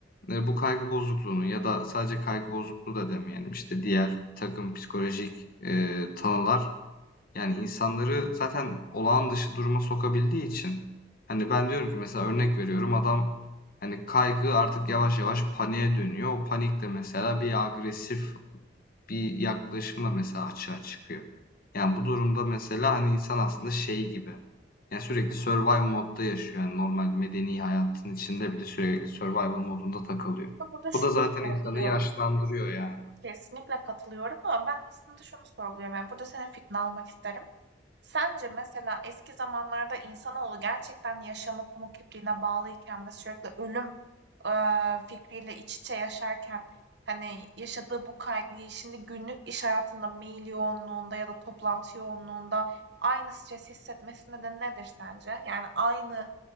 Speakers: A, on the left; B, on the right.
A: eee, bu kaygı bozukluğunu ya da sadece kaygı bozukluğu da demeyelim, işte, diğer bir takım psikolojik, eee, tanılar Yani insanları zaten olağan dışı duruma sokabildiği için hani ben diyorum ki mesela örnek veriyorum adam hani kaygı artık yavaş yavaş paniğe dönüyor. O panik de mesela bir agresif bir yaklaşımla mesela açığa çıkıyor. Yani bu durumda mesela hani insan aslında şey gibi. Yani sürekli survival modda yaşıyor. Yani normal medeni hayatın içinde bile sürekli survival modunda takılıyor.
B: Ben burada şunu
A: Bu da zaten
B: sorguluyorum.
A: insanı yaşlandırıyor yani.
B: Kesinlikle katılıyorum ama ben aslında şunu sorguluyorum. Yani burada senin fikrini almak isterim. Sence mesela eski zamanlarda insanoğlu gerçekten yaşamı pamuk ipliğine bağlıyken ve sürekli ölüm eee, fikriyle iç içe yaşarken hani yaşadığı bu kaygıyı şimdi günlük iş hayatında mail yoğunluğunda ya da toplantı yoğunluğunda aynı stres hissetmesine de nedir sence? Yani aynı